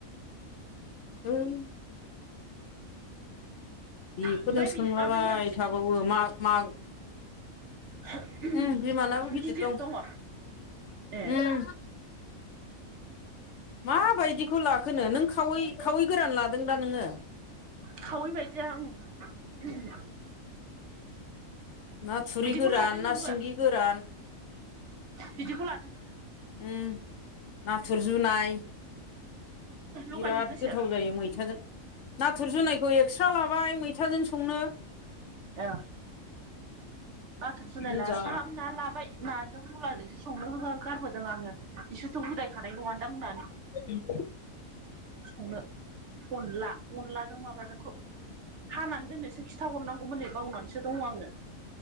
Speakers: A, on the left (about 65°); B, on the right (about 60°).
A: उम बेखौनो
B: ओमफ्राय
A: सोंलाबाय
B: बि माबानिया
A: थाबावो मा मा
B: ह'
A: उम बिमानाबो
B: उम गिदिर
A: दं
B: दङ ए
A: उम माबायदिखौ लाखोनो नों खावै खावै गोरान लादों दा नोङो?
B: खावैबायदि आं उम
A: ना थुरि
B: बिदिखौनो
A: गोरान
B: लादों
A: ना
B: नोंबो
A: सिंगि गोरान
B: बिदिखौ लादों नोङो
A: उम नाथुर जुनाय बिराद
B: लगायजोबदोसो
A: गोथाव जायो मैथाजों नाथुर जुनायखौ एक्सट्रा लाबाय मैथाजों संनो।
B: आ' नाथुर फुनायला
A: गोजा
B: साउना लाबाय नाजों मुलाजोंसो संनो हो गारबोदों आङो बिसोरथ' उदायखानाय नङा दां होननानै।
A: उम
B: संनो अनला अनलाजों माबाजोंखौ हानानै दोननोसो खिथाहरनांगौमोन नै बावनानैसो दङ आङो